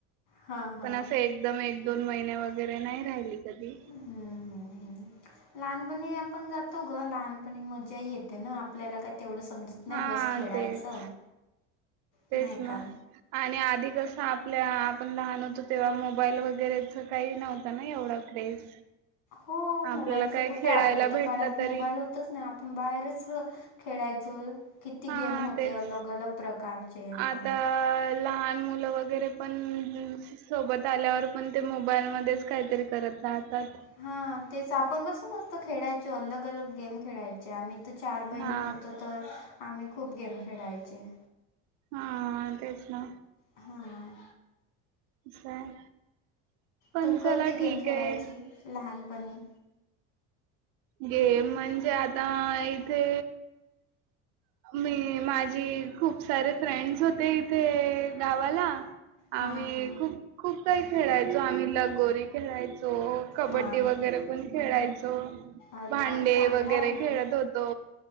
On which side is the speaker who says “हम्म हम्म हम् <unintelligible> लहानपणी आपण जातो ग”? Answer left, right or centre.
Left